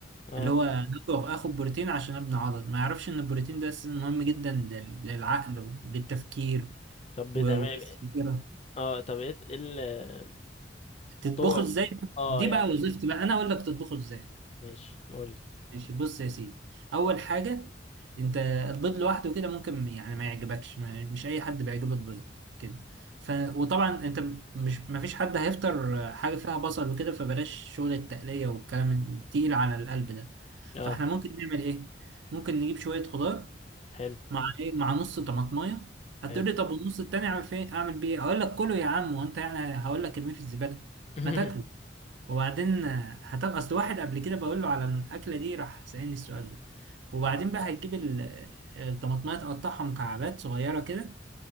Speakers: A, on the left; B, on the right.
A: اه
B: اللي هو آكل- اخد بروتين عشان ابني عضل ما يعرفش ان البروتين ده اساسا مهم جدا لل- للعقل وللتفكير
A: طب بتعمل
B: و- وللذاكره
A: إيه؟ اه طب ايه إيه ال-
B: تطبخه
A: الطرق ال-
B: ازاي
A: اه
B: دي
A: يعني
B: بقى وظيفتي بقى انا اقول لك تطبخه ازاي
A: ماشي قول لي
B: ماشي بص يا سيدي اول حاجه انت البيض لوحده كده ممكن يعني ما يعجبكش ما مش اي حد بيعجبه البيض كده ف وطبعا انت م- مش ما فيش حد هيفطر حاجه فيها بصل وكده فبلاش شغل التقليه والكلام التقيل على القلب ده
A: اه
B: فاحنا ممكن نعمل ايه ممكن نجيب شويه خضار
A: حلو
B: مع ايه مع نص طماطمايه هتقول
A: حلو
B: لي طب والنص التاني اعمل فيه اعمل بيه إيه؟ اقول لك كله يا عم وانت يعني هقول لك ارميه في الزباله
A: <laughs>
B: ما تاكله وبعدين هتبقى اصل واحد قبل كده بقول له على الاكله دي راح سالني السؤال ده وبعدين بقى هتجيب ال- الطماطمايه تقطعها مكعبات صغيره كده